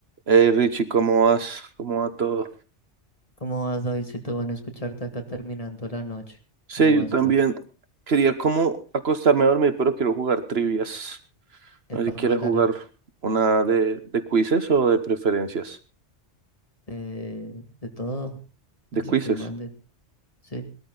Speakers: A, on the right; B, on the left.
A: Hey Richie, ¿cómo vas? ¿Cómo va todo?
B: ¿Cómo vas, Davidcito? Bueno, escucharte acá terminando la noche.
A: Sí,
B: ¿Cómo
A: yo
B: vas
A: también
B: tú?
A: quería como acostarme a dormir, pero quiero jugar trivias. No
B: Epa,
A: sé si quieres
B: mándalo.
A: jugar una de, de quizzes o de preferencias.
B: De, de todo, de
A: De quizzes,
B: lo que mande. Sí,